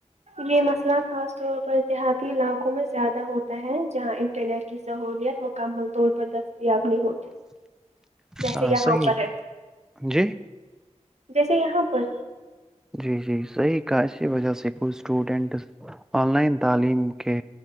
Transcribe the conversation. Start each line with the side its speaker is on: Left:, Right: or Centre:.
Right: یہ مسئلہ خاص طور پر دیہاتی علاقوں میں زیادہ ہوتا ہے جہاں انٹرنیٹ کی سہولیت مکمل طور پر دستیاب نہیں ہوتی جیسے
Centre: ہاں
Right: یہاں
Centre: صحیح
Right: پر ہے
Centre: جی
Right: جیسے یہاں پر
Centre: جی جی صحیح کہا اسی وجہ سے کچھ اسٹوڈنٹس آن لائن تعلیم کے